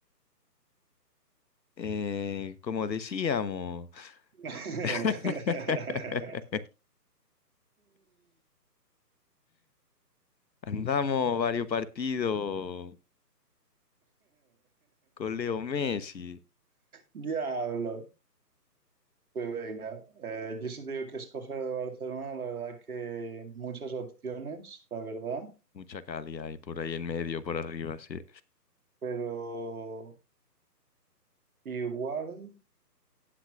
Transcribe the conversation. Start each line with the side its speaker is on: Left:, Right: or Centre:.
Left: Eh, como decíamos,
Right: <laughs>
Left: <laughs> andamos varios partidos con Leo Messi.
Right: Diablo. Pues venga, eh, yo sí te digo que escoger de Barcelona, la verdad que muchas opciones, la verdad,
Left: Mucha Cali hay por ahí en medio, por arriba, sí.
Right: pero igual,